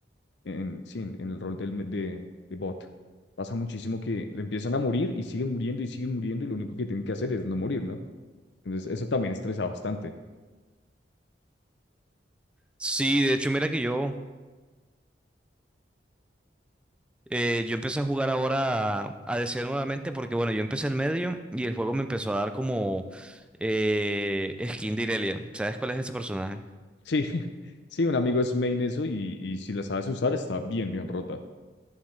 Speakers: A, on the left; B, in the centre.
A: en, sí, en, en el rol del, de, de bot. Pasa muchísimo que le empiezan a morir y siguen muriendo y siguen muriendo y lo único que tienen que hacer es no morir, ¿no? Entonces, eso también estresa bastante.
B: Sí, de hecho, mira que yo, eh, yo empecé a jugar ahora a, ADC nuevamente porque, bueno, yo empecé en medio y el juego me empezó a dar como eh, skin de Irelia. ¿Sabes cuál es ese personaje?
A: Sí, <laughs> sí, un amigo es main eso y, y si la sabes usar está bien, bien rota.